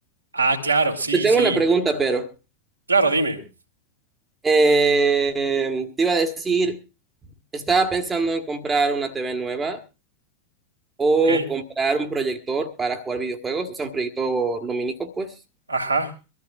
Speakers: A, on the right; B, on the right.
A: Ah, claro, sí,
B: Te tengo
A: sí.
B: una pregunta, pero
A: Claro, dime.
B: eh, te iba a decir, estaba pensando en comprar una TV nueva o
A: Ok.
B: comprar un proyector para jugar videojuegos, o sea, un proyector lumínico, pues.
A: Ajá.